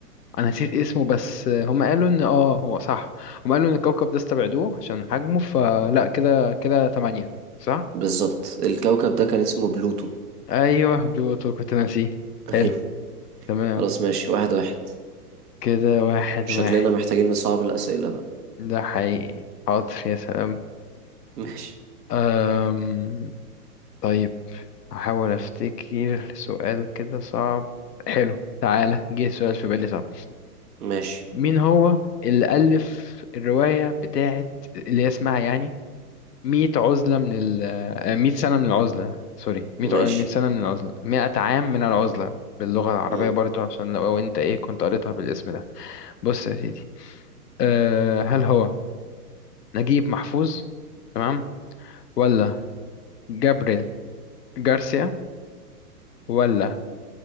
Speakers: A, on the left; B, on the right.
A: أنا نسيت اسمه بس آه، هم قالوا إن آه هو صح هم قالوا إن الكوكب ده استبعدوه عشان حجمه فلأ كده كده تمانية صح؟
B: بالظبط الكوكب ده كان اسمه بلوتو
A: ايوه بلوتو كنت ناسيه
B: <laughs> ايوه
A: حلو تمام
B: خلاص ماشي واحد واحد
A: كده واحد
B: شكلنا
A: واحد
B: محتاجين نصعب الأسئلة بقى
A: ده حقيقي حاضر يا سلام
B: <laughs> ماشي
A: أم... طيب هحاول افتكر سؤال كده صعب حلو تعالى جه سؤال في بالي صعب
B: ماشي
A: مين هو اللي ألف الرواية بتاعت اللي هي اسمها يعني مئة عزلة من ال مئة سنة من العزلة سوري مئة
B: ماشي
A: ع- مئة سنة من العزلة مئة عام من العزلة باللغة العربية
B: امم
A: برضو عشان لو انت ايه كنت قريتها بالاسم ده بص يا سيدي أه هل هو نجيب محفوظ تمام ولا جابريل جارسيا ولا